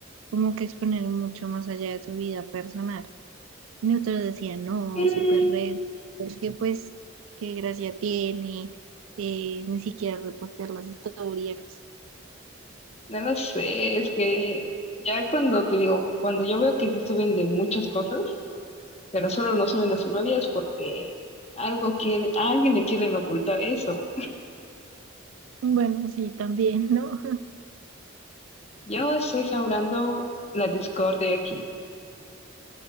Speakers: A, on the right; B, on the left.
A: como que exponer mucho más allá de su vida personal. Y otros decían, no,
B: Mm.
A: súper red, porque pues, qué gracia tiene, eh, ni siquiera repostear las historias.
B: No lo sé, es que ya cuando te digo, cuando yo veo que sí suben de muchas cosas, pero solo no suben a su novia es porque algo quiere, a alguien le quieren ocultar eso.
A: Bueno, sí, también, ¿no? <laughs>
B: Yo estoy sembrando la discordia aquí.